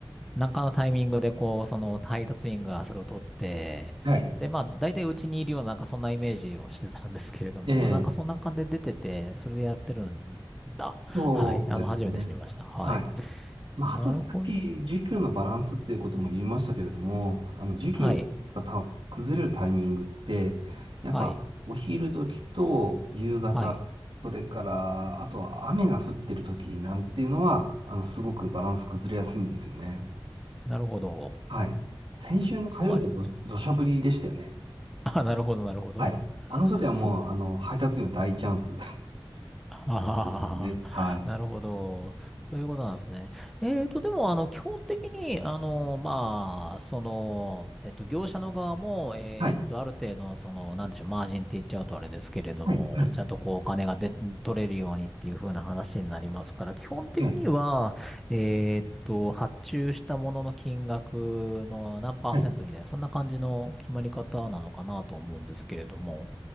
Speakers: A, in the centre; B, on the right (about 70°).
A: なんかのタイミングでこう、その配達員がそれを取って、
B: はい。
A: で、まあ大体うちにいるようななんかそんなイメージをしてたんですけれども、
B: ええ
A: まあなんかそんな感じで出てて、それでやってるんだ。はい。
B: そうですね。
A: あの、初めて知りました。はい。
B: はい。まあ、
A: なるほど。
B: あと、さっき、需給のバランスっていうことも言いましたけれども、あの、需給のがた崩れるタイミングって、
A: はい。
B: やっぱ、
A: はい。
B: お昼時と夕方、
A: はい。
B: それから、あとは雨が降ってる時なんていうのは、あの、すごくバランス崩れやすいんですよね。
A: なるほど。
B: はい。先週の火曜日、
A: つまり、
B: ど、土砂降りでしたよね。
A: あ、なるほど、なるほど。
B: はい。あの時はもう、
A: そう
B: あの、配達員は大チャンス。
A: ああ、
B: <laughs> ね。はい。
A: <laughs> なるほど。そういうことなんですね。えーと、でも、あの、基本的に、あの、まあ、その、えっと、業者の側も、えっと、
B: はい。
A: ある程度の、その、なんでしょう、マージンって言っちゃうとあれですけれども、
B: はい。はい。
A: ちゃんとこう、お金がで、取れるようにっていう風な話になりますから、基本的には、
B: ええ。
A: えっと、発注したものの金額の何パーセントみたいな、
B: はい。
A: そんな感じの決まり方なのかなと思うんですけれども。